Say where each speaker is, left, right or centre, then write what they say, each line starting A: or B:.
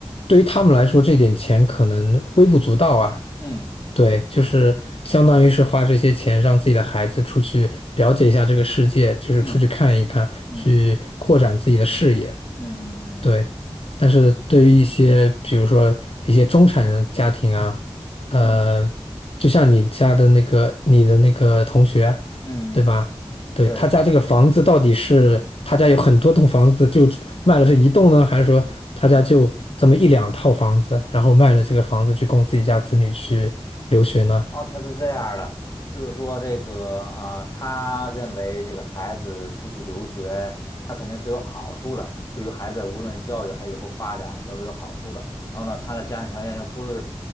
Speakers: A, on the left; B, on the left.
A: 对于他们来说，这点钱可能微不足道啊。
B: 嗯
A: 对，就是相当于是花这些钱让自己的孩子出去了解一下这个世界，就是出去看一看，
B: 嗯嗯
A: 去扩展自己的视野。
B: 嗯嗯嗯嗯
A: 对，但是对于一些，比如说一些中产人家庭啊，呃，
B: 嗯嗯
A: 就像你家的那个你的那个同学，
B: 嗯，
A: 对吧？
B: 嗯
A: 对，
B: 对。
A: 他家这个房子到底是他家有很多栋房子，就卖了这一栋呢，还是说他家就这么一两套房子，然后卖了这个房子去供自己家子女去留学呢？
B: 哦，他是这样儿的，就是说这个啊、呃他认为这个孩子出去留学，他肯定是有好处的，对于孩子无论教育还以后发展都是有好处的。然后呢，他的家庭条件又不是